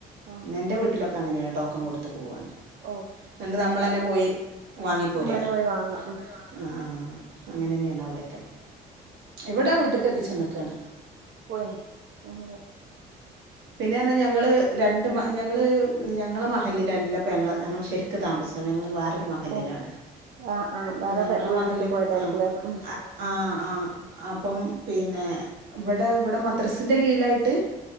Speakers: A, on the right (about 65°); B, on the right (about 80°).
A: ആഹ്
B: എന്റെ വീട്ടിലൊ അങ്ങനെയാണ് ടോക്കൺ കൊടുത്ത് പോവാണ്
A: ഓഹ്
B: ഇന്ന്ട്ട് നമ്മള് തന്നെ പോയി വാങ്ങിപ്പോരാ
A: നമ്മളന്നെ പോയി വാങ്ങാം
B: നമ്മളന്നെ
A: ഉം
B: പോയി വാ ആഹ് ആഹ് അങ്ങനെ തന്നെയാണ് അവിടൊക്കെ ഇവിടെ വീട്ട്ക്ക് എത്തിച്ചെന്നക്കാണ്
A: പോയി ഉം
B: പിന്നെ പറഞ്ഞാൽ ഞങ്ങള് രണ്ട് മ ഞങ്ങള് ഞങ്ങളെ മഹല്ലിലല്ലപ്പ ഞങ്ങള് ഞങ്ങള് ശരിക്ക് ക്ക് താമസം ഞങ്ങള് വേറൊരു മഹല്ലിലാണ്
A: ഓഹ് ആഹ് ആഹ്
B: അപ്പ
A: വേറെ
B: ഞങ്ങള
A: വീടെടുത്ത്
B: മഹല്
A: പോയതായിരിക്കുംല്ലേ
B: ആഹ്
A: ഉം
B: ആഹ് ആഹ് അപ്പം പിന്നെ ഇവിടെ ഇവിടെ മദ്രസിന്റെ കീഴിലായിട്ട്